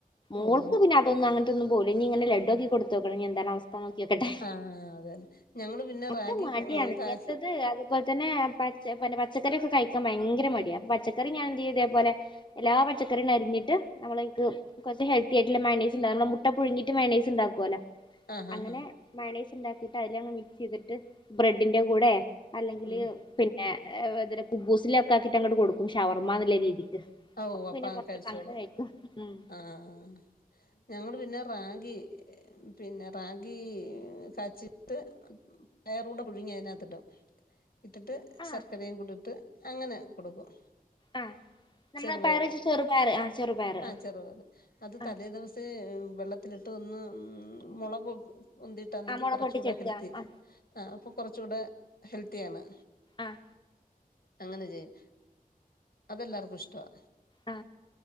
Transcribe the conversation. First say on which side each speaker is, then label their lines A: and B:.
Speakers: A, on the left; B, on the left.
A: മോൾക്ക്
B: ഓഹ്
A: പിന്നെ അതൊന്നും അങ്ങ ഒന്നും പോവില്ല ഇങ്ങനെ ലഡുവാക്കി കൊടുത്തോക്കണം ഇനി എന്താണ് അവസ്ഥ നോക്കി നോക്കട്ടെ
B: ആഹ് അതന്നെ ഞങ്ങള് പിന്നെ
A: ഒക്കെ
B: റാഗി
A: മടിയാണ്
B: കു
A: ഇങ്ങനത്തത്
B: കാച്ച്
A: അതുപോലെ തന്നെ പ ച പിന്നെ പ പച്ചക്കറി ഒക്കെ കഴിക്കാൻ ഭയങ്കര മടിയാ അപ്പൊ പച്ചക്കറി ഞാൻ എന്ത് ചെയ്യും ഇതേപോലെ എല്ലാ പച്ചക്കറിയും <unintelligible> അരിഞ്ഞിട്ട് നമ്മളയിക്ക് കൊറച്ച് ഹെൽത്തി ആയിട്ടിള്ള മയേനേസ് <unintelligible> നമ്മള് മുട്ട പുഴുങ്ങീട്ട് മയെനേസ് ഉണ്ടാക്കുവല്ലോ
B: ആഹ്
A: അങ്ങനെ
B: ആഹ് ആഹ്
A: മയനേസ് ഉണ്ടാക്കിട്ട് അയിലങ്ങ് മി ക്സ് ചെയ്തിട്ട് ബ്രെഡിന്റെ കൂടെ അല്ലെങ്കില്
B: ഉം
A: പിന്നെ അ <unintelligible> കുമ്പൂസിലെ ഒക്കാക്കി ങ്ങട്ട് കൊടുക്കും ഷവർമ്മന്നിള്ള രീതിക്ക്
B: ഓ
A: അപ്പൊ
B: അപ്പ
A: പിന്നെ കൊറച്ചൊക്കെ
B: കഴിച്ചോളൂ
A: അങ്ങനെ കഴിക്കും ഉം
B: ആഹ് ഞങ്ങള് പിന്നെ റാഗി പിന്നെ റാഗി കാച്ചിട്ട് പയറൂടെ പുഴുങ്ങി അതിനകത്തിടും ഇട്ടിട്ട്
A: ആഹ്
B: ശർക്കരേ കൂടെ ഇട്ട് അങ്ങനെ കൊടുക്കും
A: ആഹ് നമ്മള്
B: ചെറുപയറ്
A: പയറ് ച്ചാ ചെറുപയറ് ആ ചെറുപയറ്
B: ആഹ്
A: ആ
B: ചെറുപയറ് അത്
A: ആ
B: തലേ ദിവസേ വെള്ള ത്തിലിട്ട് ഒന്ന് ഉം മൊള പൊ പൊന്തിട്ടാണെങ്കി
A: ആ മുളക്
B: കുറച്ചൂടെ
A: പൊട്ടിച്ചെടുക്ക
B: ഹെൽത്തി
A: ആ
B: ആ അപ്പൊ കുറച്ചൂടെ ഹെൽത്തിയാണ്
A: ആഹ്
B: അങ്ങനെ ചെയ്യും അതെല്ലാർക്കും ഇഷ്ടവാ
A: ആ